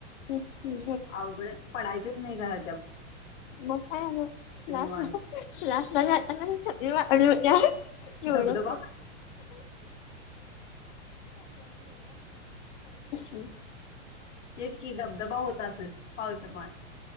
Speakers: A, on the left; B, on the left.
A: तेच की
B: अवघडचं पडायचचं नाय घरा
A: म काय म क्लासला
B: निवांत
A: क्लासला जाताना सगळी वाकडी होत्या एवढं
B: धबधबा
A: <unintelligible> <unintelligible>
B: तेच की धबधबा होत असल पावसां पान